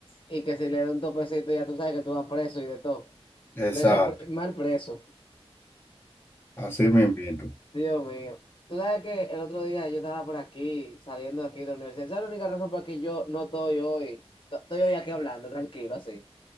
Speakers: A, on the left; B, on the left.
A: Y que si le da un topecito ya tú sabes que tú vas preso y de todo.
B: Exacto,
A: Preso, pre- mal preso.
B: así mismito.
A: Dios mío. Tú sabes que el otro día yo estaba por aquí, saliendo de aquí de la universidad. Esa es la única razón por la que yo no estoy hoy. to- Estoy hoy aquí hablando, tranquilo, así.